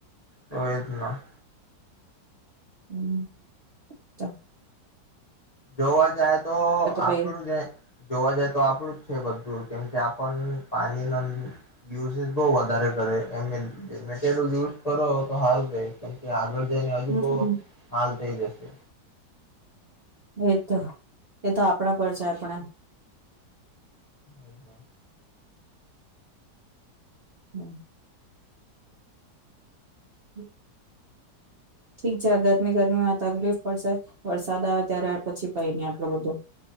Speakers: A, on the left (about 30°); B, on the right (about 45°).
A: તો એ જ ન.
B: હમ્મ, <unintelligible>
A: જોવા જાય તો
B: ભાઈ
A: આપડું જ જોવા જાય તો આપડું જ છે બધુંજ કેમકે આપણ પાણીના યુઝ બહ વધારે કરે ઈ મીણ યુઝ કરો તો હારુ રેહ, કેમ કે આગળ ને હજુ
B: હમ
A: બઉ હાલ થઈ જશે.
B: એતો એતો આપડા પર છે, આપણે
A: એજના
B: હમ્મ. હમ્મ. ઠીક છે ગરમી ગરમીમાં તકલીફ પડશે વરસાદ આવે ત્યારે આ પછી કઈ નઈ આ એ બધું